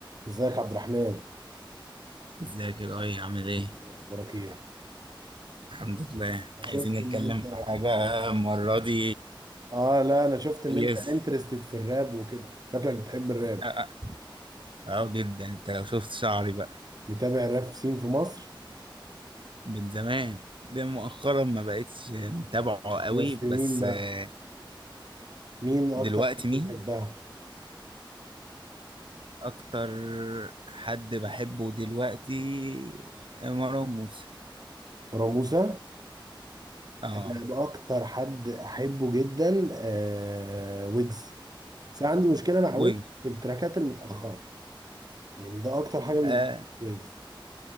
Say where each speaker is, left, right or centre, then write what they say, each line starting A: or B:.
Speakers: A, on the right; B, on the right.
A: ازيك عبد الرحمن
B: ازيك يا ضاي عامل ايه؟
A: إيه اخبارك ايه
B: الحمد لله
A: انا
B: عايزين
A: شفت
B: نتكلم
A: ان انت
B: في حاجة المرة دي
A: اه لا انا شفت ان
B: يس
A: انت انترستد في الراب وكده شكلك بتحب الراب
B: اه اه اه جدا انت لو شفت شعري بقى
A: بتابع الراب سين في مصر
B: من زمان ده مؤخرا ما بقتش متابعه قوي
A: بس
B: بس
A: مين بقى
B: آه،
A: مين
B: دلوقتي
A: اكتر حد
B: مين؟
A: بتحبها
B: أكتر حد بحبه دلوقتي مروان موسى
A: مروان موسى
B: اه
A: انا باكتر حد احبه جدا آه ويجز بس أنا عندي مشكله مع
B: ويجز
A: ويجز في التراكات المتاخره يعني ده اكتر حاجه بيضايقني
B: آه
A: في ويجز